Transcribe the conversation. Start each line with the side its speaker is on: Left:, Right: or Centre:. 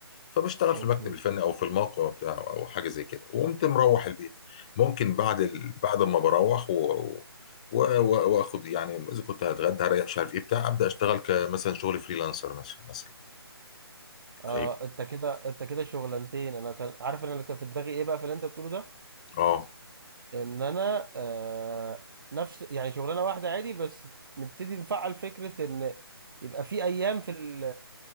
Left: فبشتغل
Right: أوكي
Left: في المكتب الفني او في الموقع بتاعه او حاجه زي كده وقمت مروح البيت ممكن بعد
Right: أوكي
Left: ال... بعد ما بروح و... و... و... واخد يعني اذا كنت هتغدى هريح مش عارف ايه بتاع ابدا اشتغل كمثلا شغل فريلانسر مثلا مثلا
Right: آه
Left: فاهم
Right: أنت كده أنت كده شغلانتين أنا كان عارف إن أنا كان في دماغي إيه بقى في اللي أنت بتقوله ده؟
Left: اه
Right: إن أنا آه نفس يعني شغلانة واحدة عادي بس نبتدي نفعل فكرة إن يبقى في أيام في ال